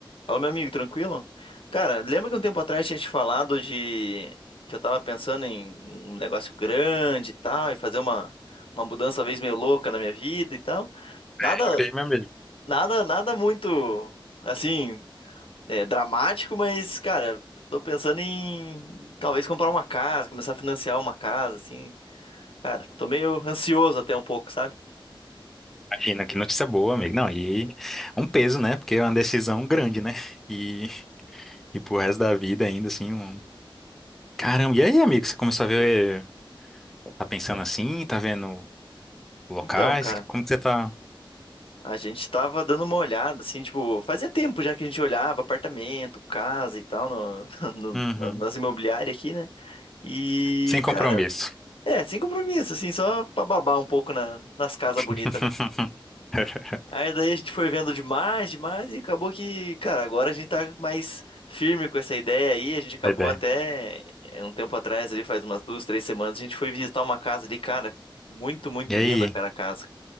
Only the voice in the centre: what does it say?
É, jurei, meu amigo.
Imagina, que notícia boa, amigo. Não, e um peso, né? Porque é uma decisão grande, né? E, e pro resto da vida ainda, assim, um... Caramba, e aí, amigo, você começou a ver... Tá pensando assim? Tá vendo locais?
Que- Como que você tá?
Uhum.
Sem compromisso.
<laughs>
Boa
Ideia.
E aí?